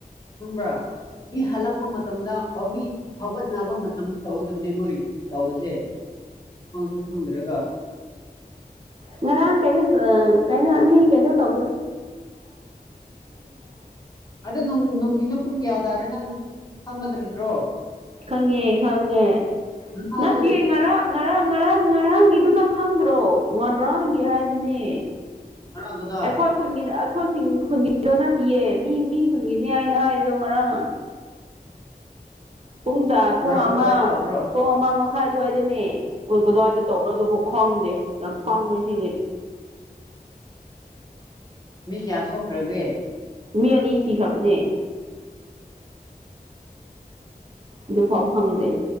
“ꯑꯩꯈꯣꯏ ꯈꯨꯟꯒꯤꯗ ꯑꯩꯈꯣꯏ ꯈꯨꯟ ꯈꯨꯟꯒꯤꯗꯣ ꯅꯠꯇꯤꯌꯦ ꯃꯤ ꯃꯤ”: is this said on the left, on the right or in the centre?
Right